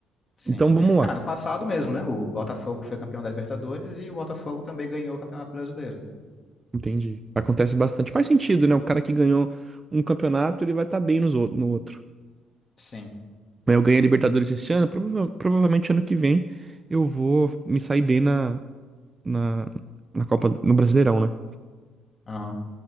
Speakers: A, on the left; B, on the right.
A: Sim.
B: Então vamos lá.
A: Ah, no passado mesmo, né? O Botafogo foi campeão da Libertadores e o Botafogo também ganhou o Campeonato Brasileiro, né?
B: Entendi. Acontece bastante. Faz sentido, né? O cara que ganhou um campeonato, ele vai estar bem nos, ou- no outro.
A: Sim.
B: Mas eu ganhei a Libertadores esse ano, prova- provavelmente ano que vem eu vou me sair bem na, na, na Copa, no Brasileirão, né?
A: Aham.